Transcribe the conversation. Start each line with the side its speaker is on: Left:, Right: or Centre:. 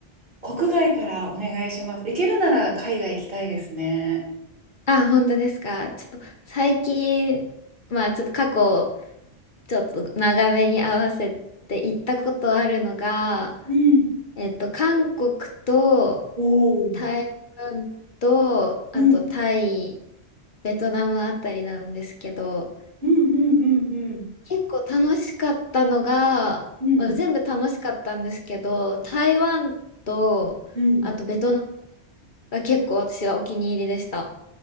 Right: 国外からお願いします。行けるなら海外行きたいですね。
Left: あ、本当ですかちょっと最近、まあちょっと過去、ちょっと長めに合わせて行ったことあるのが、
Right: うん。
Left: えっと、韓国と
Right: おー
Left: 台湾と、あとタイ、
Right: うん、
Left: ベトナムあたりなんですけど、
Right: うん、うん、うん、
Left: 結構楽しかったのが、
Right: うん、うん。
Left: まあ全部楽しかったんですけど、台湾と、
Right: うん
Left: あとベトナムが結構私はお気に入りでした。